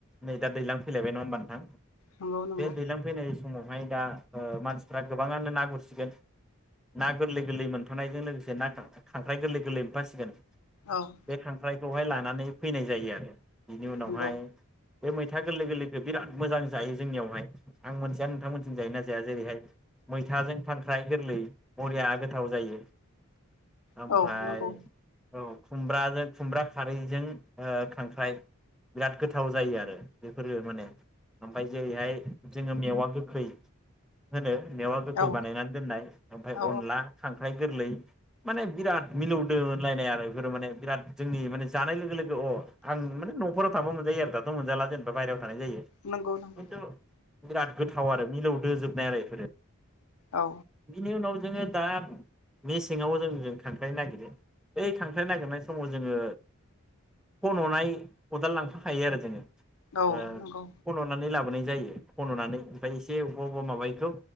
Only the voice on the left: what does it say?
नंगौ नंगौ
औ
नंगौ
औ
नंगौ
औ
औ
नंगौ नंगौ
औ
औ
नंगौ